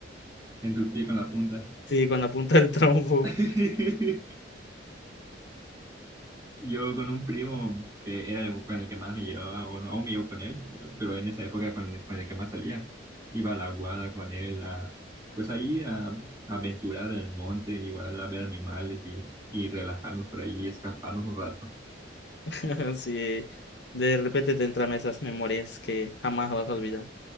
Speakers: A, on the right (about 20°); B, on the left (about 65°).
A: en tu pie con la punta.
B: Sí, cuando apunta el trompo,
A: <laughs> Yo con un primo que era el- con el que más me llevaba, o no, aún me llevo con él, pero en esa época con, con el que más salía, iba a la guada con él, a, pues ahí a, a aventurar en el monte, igual a ver animales y, y relajarnos por ahí y escaparnos un rato.
B: <laughs> sí de repente te entran esas memorias que jamás vas a olvidar.